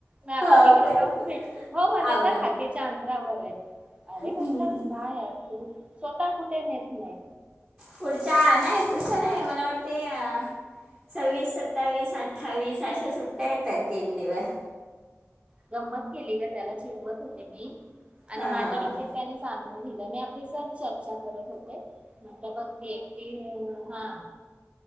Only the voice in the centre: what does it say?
हा,
परत
आवरण
हम्म.
पुढच्या नाही पुढच्या नाही मला वाटतेय सव्वीस सत्तावीस. अठ्ठावीस अशा सुट्ट्या येतात तीन दिवस.
हा